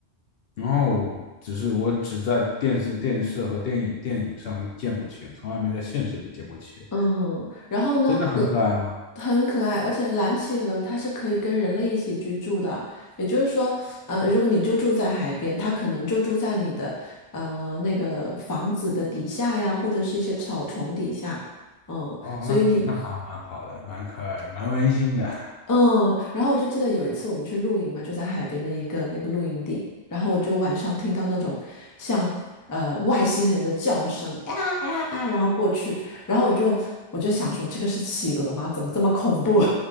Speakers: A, on the left (about 60°); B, on the left (about 25°).
A: 然后只是我只在电视、电视和电影、电影上见过企鹅，从来没在现实里见过企鹅。
B: 嗯，然后呢，
A: 真的很可爱吗？
B: 呃很可爱，而且蓝企鹅它是可以跟人类一起居住的。也就是说，呃，如果你就住在海边，它可能就住在你的呃那个房子的底下呀，或者是一些草丛底下。嗯，
A: 哦，
B: 所以你
A: 那那还蛮好的，蛮可爱的，蛮温馨的。
B: 嗯，然后我就记得有一次我们去露营嘛，就在海边的一个那个露营地，然后我就晚上听到那种像呃外星人的叫声，啊啊啊，然后过去，然后我就我就想说这个是企鹅吗？怎么这么恐怖？